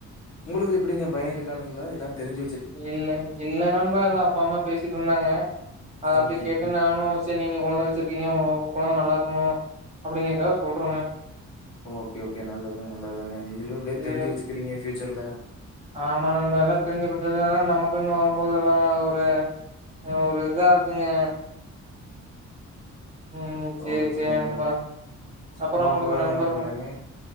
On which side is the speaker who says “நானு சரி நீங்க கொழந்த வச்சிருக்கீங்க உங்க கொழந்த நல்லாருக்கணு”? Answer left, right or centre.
Right